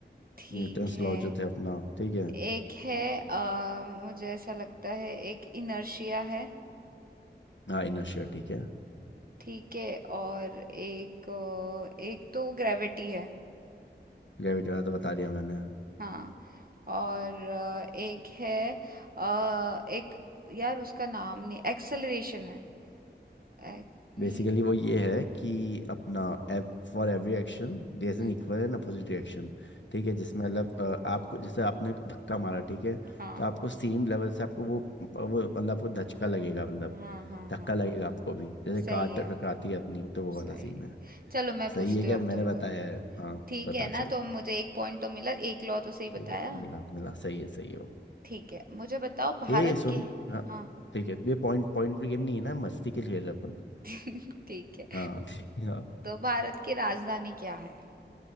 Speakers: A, on the right; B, on the left.
A: ठीक
B: न्यूटन्स
A: है
B: लॉ जो थे अपना ठीक है
A: एक है अ, मुझे ऐसा लगता है एक इनर्शिया है
B: हाँ इनर्शिया ठीक है
A: ठीक है और एक अ, एक तो ग्रेविटी है
B: ग्रेविटी वाला तो बता दिया मैंने
A: हाँ और अ, एक है अ, एक यार उसका नाम नहीं एक्सेलरेशन है एक, नहीं
B: बेसिकली वो ये है कि अपना for every action there is
A: हम्म,
B: an equal and opposite reaction ठीक है जिसमें मतलब अ, आपको जैसे आपने धक्का मारा ठीक है
A: हाँ
B: तो आपको सेम लेवल से आपको वो वो मतलब आपको धचका लगेगा मतलब
A: हाँ हाँ
B: धक्का
A: हाँ
B: लगेगा आपको भी जैसे
A: सही
B: कार
A: है
B: टकराती है अपनी तो वो
A: सही
B: वाला
A: है।
B: सीन है
A: चलो मैं
B: सही
A: पूछती
B: है क्या
A: हूँ अब
B: मैंने
A: तुमको
B: बताया है हाँ
A: ठीक
B: पता
A: है ना
B: चल
A: तो मुझे एक पॉइंट तो मिला एक लॉ तो सही
B: ठीक
A: बताया
B: है मिला मिला सही है सही है वो
A: ठीक है मुझे बताओ भारत
B: ए सुन
A: के
B: हाँ
A: हाँ
B: ठीक है ये पॉइंट पॉइंट पर गेम नहीं है ना मस्ती के लिए खेल रहे अपन
A: <laughs> ठीक है
B: हाँ <laughs> ठीक है हाँ
A: तो भारत की राजधानी क्या है